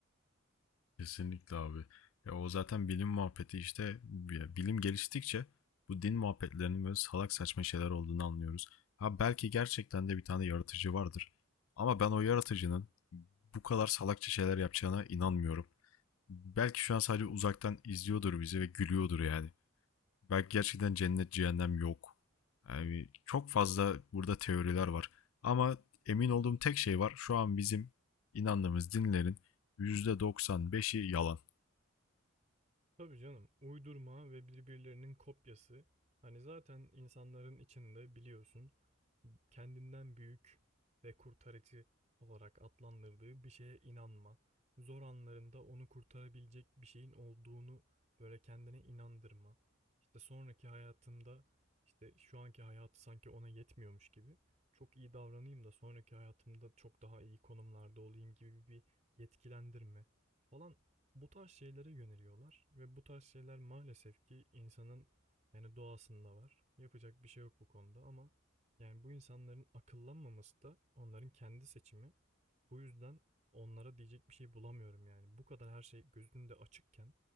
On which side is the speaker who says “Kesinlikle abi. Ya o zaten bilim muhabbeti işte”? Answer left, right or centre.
Left